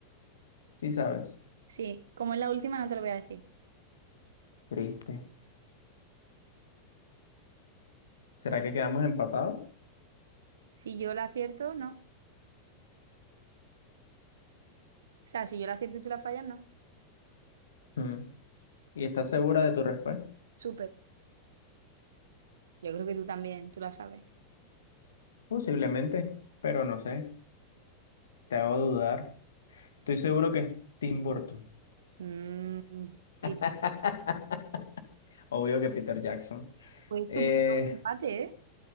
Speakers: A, on the left; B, on the right.
A: Sí, sabes.
B: Sí, como es la última, no te lo voy a decir.
A: Triste. ¿Será que quedamos empatados?
B: Si yo la acierto, no. O sea, si yo la acierto y tú la fallas, no.
A: Mm. ¿Y estás segura de tu respuesta?
B: Súper. Yo creo que tú también, tú la sabes.
A: Posiblemente, pero no sé. Te hago dudar. Estoy seguro que es Tim Burton.
B: Mm, pi-
A: <laughs> Obvio que Peter Jackson.
B: pues
A: Eh,
B: súper ¿no? empate, ¿eh?